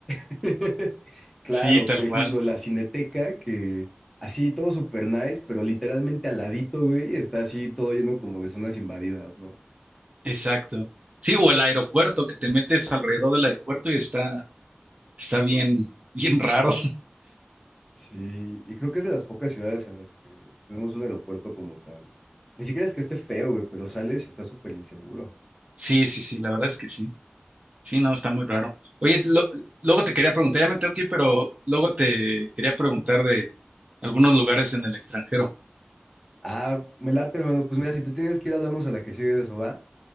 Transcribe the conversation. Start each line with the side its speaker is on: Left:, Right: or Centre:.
Centre: <laughs> Claro,
Right: Sí, tal
Centre: por
Right: cual.
Centre: ejemplo, la Cineteca, que así todo super nice, pero literalmente al ladito, güey, está así todo lleno como de zonas invadidas, ¿no?
Right: Exacto. Sí, o el aeropuerto, que te metes alrededor del aeropuerto y está, está bien, bien raro.
Centre: Sí, y creo que es de las pocas ciudades en las que tenemos un aeropuerto como tan... Ni siquiera es que esté feo, güey, pero sales y está súper inseguro.
Right: Sí, sí, sí, la verdad es que sí. Sí, no, está muy raro. Oye, lo- luego te quería preguntar, ya me tengo que ir, pero luego te quería preguntar de algunos lugares en el extranjero.
Centre: Ah, me late, hermano. Pues mira, si te tienes que ir, hablamos a la que sigue de eso, ¿va?